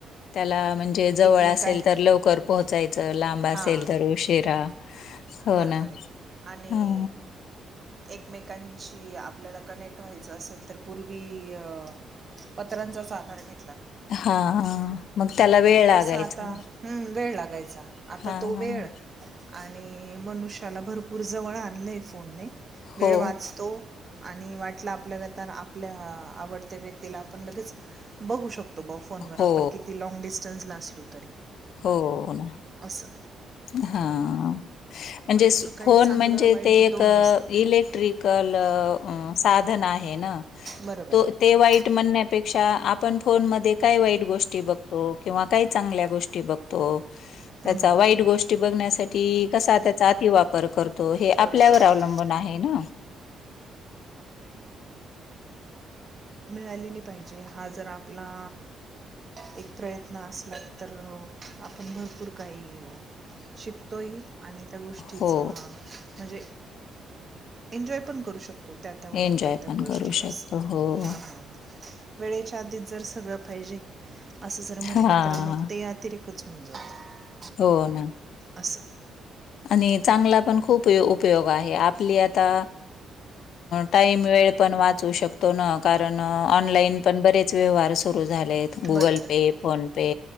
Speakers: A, on the left; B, on the right.
A: त्याला म्हणजे. जवळ
B: एकमेकां
A: असेल तर लवकर पोहोचायचं. लांब
B: हां
A: असेल तर उशिरा. हो
B: बरोबर
A: ना.
B: आहे. आणि
A: हां,
B: एकमेकांची. की आपल्याला कनेक्ट व्हायचं असेल तर पूर्वी अ पत्र्यांचाच आधार घे
A: हा हा, मग त्याला वेळ लागायचा.
B: तसा आता हम्म वेळ लागायचा आता
A: हां.
B: तो वेळ आण णि मनुष्याला भरपूर जवळ आणलंय फोनने,
A: हो,
B: वेळ वाचतो. आणि वाटलं आपल्याला तर आपल्या आवडत्या व्यक्तीला आपण लगेच बघू शक तो बा फोन वर
A: हो,
B: आपण किती लॉंग डिस्टन्सला असलो तरी.
A: हो ना,
B: असं
A: हा. म्हणजे
B: भरपूर
A: स
B: काही
A: फोन
B: चांगलं
A: म्हणजे
B: वाईट
A: ते एक
B: दोन्ही
A: अ
B: सांगत
A: इलेक्ट्रिकल अ साधन आ हे ना,
B: बरोबर
A: तो
B: आहे बा हम्म,
A: ते वाईट म्हणण्यापेक्षा आ आपण फोनमध्ये काय वाईट गोष्टी बघतो, किंवा काय चांगल्या गोष्टी बघतो त्याचा
B: हम्म,
A: वाईट
B: हम्म, हम्म.
A: गोष्टी बघण्यासाठी कसा त्याचा अतिवापर कर तो हे
B: करू
A: आपल्यावर
B: शकतो
A: अवलंबून आहे ना.
B: मिळाली नाही पाहिजे, हा जर आपला एक प्रयत्न असला तर आपण भरपूर काही शिकतो ही. आणि त्या गोष्टीचा
A: हो,
B: म्हणजे एन्जॉय पण करू शक तो त्या त्या वयात
A: एन्जॉय
B: त्या त्या
A: पण
B: गोष्टी
A: करू शकतो.
B: असं
A: हो.
B: हां हां वेळेच्या आधीत जर सगळ पाहिजे असं जर म्हटलं
A: हां.
B: तर मग ते अतिरिक कच हून जात
A: हो ना
B: अस
A: आणि चांगला पण खूपयो उपयोग आहे आपली आता टाईम वेळ पण वाचवू शकतो न कारण ऑनलाईन पण बरेच व्यवाहार सुरु लेत गुगल
B: बरोबर
A: पे
B: आहे बरोबर
A: फोन पे